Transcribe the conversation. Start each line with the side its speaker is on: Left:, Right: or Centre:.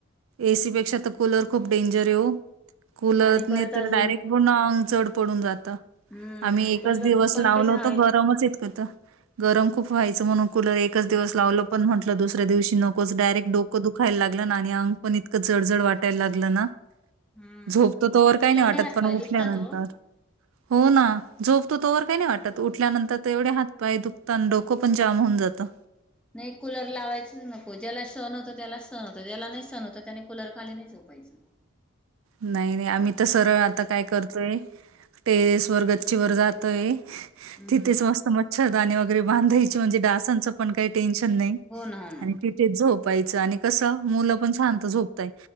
Right: एसी बे ते आता कूलर खूप डेंजर ये हो कुलरने
Centre: आणि परत
Right: तर
Centre: अजून
Right: डायरेक्ट पण अंग जड पडून जातं.
Centre: हम्म
Right: आम्ही एकच
Centre: परत
Right: दिवस
Centre: अजून पंख्याच्या
Right: लावलो होत
Centre: हवेत
Right: गरमचं येत होतं गरम खूप व्हायचं म्हणून कूलर एकच दिवस लावलं पण म्हटलं दुस दुसऱ्या दिवशी नकोच डायरेक्ट डोकं दुखायला लागलं आणि अंग पण इतकं जडजड वाटायला लागलं ना
Centre: हम्म
Right: झोपतो तोवर काही
Centre: कुलरने
Right: नाही वाटत
Centre: हात
Right: पण
Centre: पाय
Right: उठल्यानंतर
Centre: दुखतात ओ
Right: हो ना झोप त तोवर काही नाही वाटत उठल्यानंतर तर एवढे हात पाय दुखतान डोकं पण जाम होऊन जातं.
Centre: नाही कुलर लावायचंच नको ज्याला सहन होत त्याला सहन होत ज्याला नाही सहन होत त्याने कूलर खाली नाही जाऊ पैसा
Right: नाही नाही आम्ही तर सरळ आता काय करतोय टेरेस वर गच्चीवर जातोय
Centre: हम्म
Right: तिथेच मस्त मच्छरदानी वगैरे बांधायचे म्हणजे डासांचं पण काही टेन्शन नाही
Centre: हो ना हो ना
Right: आणि तिथ झोपायचं आणि कसं मुलं पण शांत झोपताय